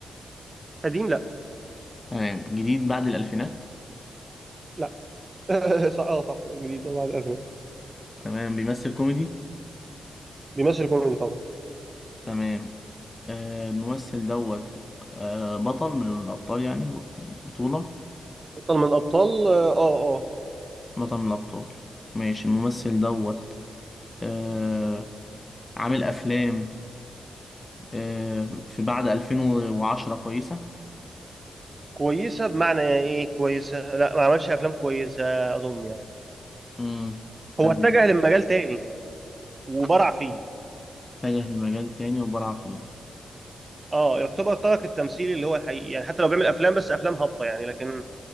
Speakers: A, on the right; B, on the left.
A: قديم لا
B: تمام جديد بعد الألفينات
A: لا <laughs> صح اه صح جديد طبعا الأزمة
B: تمام بيمثل كوميدي
A: بيمثل كوميدي طبعا
B: تمام آه، الممثل دوت آه، بطل من الأبطال يعني بطولة
A: بطل من الأبطال اه اه آه.
B: بطل من الأبطال ماشي الممثل دوت آه، عامل افلام آه، في بعد 2010 كويسه
A: كويسة بمعنى ايه كويسة لا ما عملش أفلام كويسة أظن يعني
B: امم تمام
A: هو اتجه لمجال تاني وبرع فيه
B: اتجه لمجال تاني وبرع فيه
A: اه يعتبر ترك التمثيل اللي هو الحقيقي يعني حتى لو بيعمل أفلام بس أفلام هابطة يعني لكن